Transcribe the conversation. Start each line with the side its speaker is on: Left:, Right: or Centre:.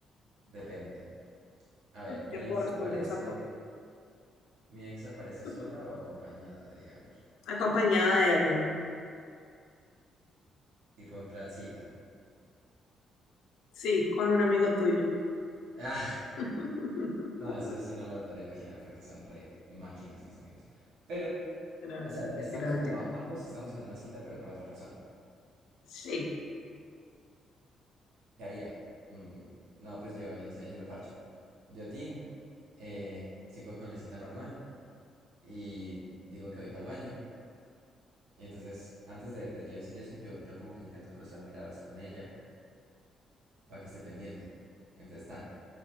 Right: Depende. A ver, mi
Left: Ya puedo
Right: ex
Left: responder
Right: aparece,
Left: esa por
Right: mi ex aparece sola
Left: <laughs>
Right: o acompañada de alguien.
Left: acompañada de alguien.
Right: Tipo en plancita.
Left: Sí, con un amigo tuyo.
Right: Ah,
Left: <laughs>
Right: <laughs> no, eso sí no me lo podría imaginar porque son re máquinas, mis amigos. Pero,
Left: Pero,
Right: o sea, estamos
Left: mentira, mentira.
Right: como a- ambos estamos en una cita, pero con otra persona.
Left: Sí.
Right: ¿Qué haría? Mm, no, pues yo, yo no sé, yo me parcho. Yo, Tin, eh, sigo con mi cita normal y digo que voy para el baño. Y entonces, antes de, de yo decir eso, yo, yo como que intento cruzar miradas con ella para que esté pendiente. Entonces, tan.